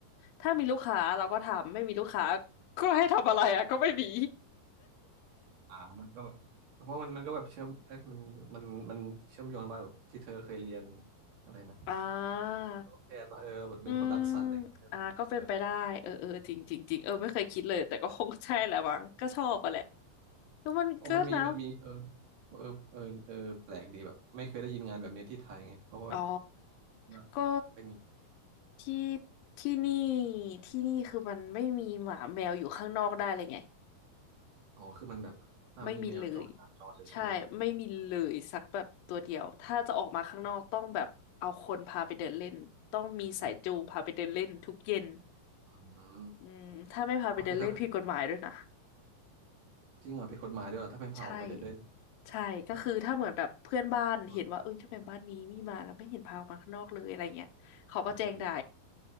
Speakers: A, on the left; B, on the right.
A: ถ้ามีลูกค้าเราก็ทำไม่มีลูกค้าก็ให้ทำอะไรอ่ะก็ไม่มี
B: อ่ามันก็แบบเพราะมันมันก็แบบเชื่อมเอ๊ะมันมันมันเชื่อมโยงไปแบบที่เธอเคยเรียนอะไรนะ
A: อ่า
B: แพทย์ป่ะเออแบบเป็นคนรักสัตว์อะไรอย่างงี้ด้วยป่ะเออ
A: อืมอ่าก็เป็นไปได้เออเออจริงจริงจริงเออไม่เคยคิดเลยแต่ก็คงใช่แหละมั้งก็ชอบอะแหละก็มันก็นะ
B: อ๋อมันมีมันมีเออเออเออเออแปลกดีแบบไม่เคยได้ยินงานแบบนี้ที่ไทยไงเพราะว่าแบบ
A: อ๋อ
B: มาไทยไม่มี
A: ก็ที่ที่นี่ที่นี่คือมันไม่มีหมาแมวอยู่ข้างนอกได้เลยไง
B: อ๋อคือมันแบบห้ามมีแมวจรหมาจรเลยใช่ไหม
A: ไม่มีเลยใช่ไม่มีเลยสักแบบตัวเดียวถ้าจะออกมาข้างนอกต้องแบบเอาคนพาไปเดินเล่นต้องมีสายจูงพาไปเดินเล่นทุกเย็น
B: อืมอืม
A: อืมถ้าไม่พาไปเดินเล่นผิดกฎหมายด้วยนะ
B: ก็คือถ้าแบบจริงเหรอผิดกฎหมายด้วยเหรอถ้าไม่พาออกไปเดินเล่น
A: ใช่ใช่ก็คือถ้าเหมือนแบบเพื่อนบ้านเห็นว่าเอ้ยทำไมบ้านนี้มีมาแล้วไม่เห็นพาออกมาข้างนอกเลยอะไรเงี้ยเขาก็แจ้งได้
B: โอ้โดนปรับเลยนะเออดี